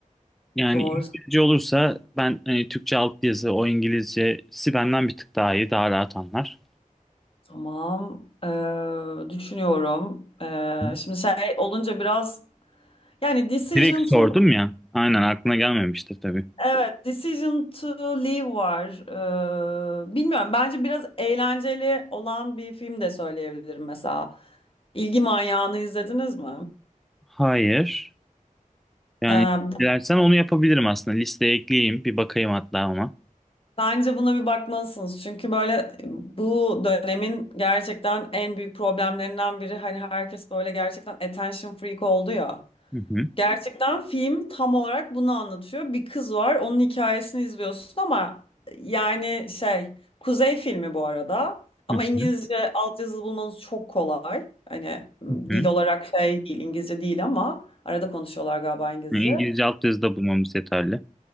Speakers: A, in the centre; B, on the left (about 40°).
A: yani
B: Doğru.
A: İngilizce olursa ben hani Türkçe alt yazı o İngilizcesi benden bir tık daha iyi daha rahat anlar.
B: Tamam. Ee, düşünüyorum. Ee,
A: Hı.
B: şimdi şey olunca biraz yani decision
A: Direkt
B: to
A: sordum ya aynen aklına gelmemiştir tabii.
B: Evet, Decision to Leave var. Ee, bilmiyorum. Bence biraz eğlenceli olan bir film de söyleyebilirim mesela. İlgi Manyağı'nı izlediniz mi?
A: Hayır yani
B: Ee,
A: dilersen onu yapabilirim aslında listeye ekleyeyim bir bakayım hatta ama.
B: bence buna bir bakmalısınız. Çünkü böyle bu dönemin gerçekten en büyük problemlerinden biri hani herkes böyle gerçekten attention freak oldu ya.
A: Hı hı,
B: Gerçekten film tam olarak bunu anlatıyor. Bir kız var, onun hikayesini izliyorsun ama yani şey, Kuzey filmi bu arada. Ama
A: hı
B: İngilizce
A: hı,
B: altyazılı bulmanız çok kolay. Hani m,
A: hı hı.
B: dil olarak şey değil, İngilizce değil ama arada konuşuyorlar galiba İngilizce.
A: İngilizce alt da bulmamız yeterli.